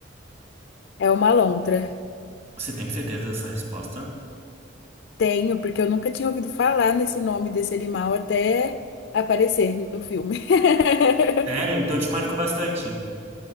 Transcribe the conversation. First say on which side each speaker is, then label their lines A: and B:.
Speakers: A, on the left; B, on the right.
A: É uma lontra.
B: Você tem certeza dessa resposta?
A: Tenho, porque eu nunca tinha ouvido falar nesse nome desse animal até aparecer no filme. <laughs>
B: Sério? Então te marcou bastante.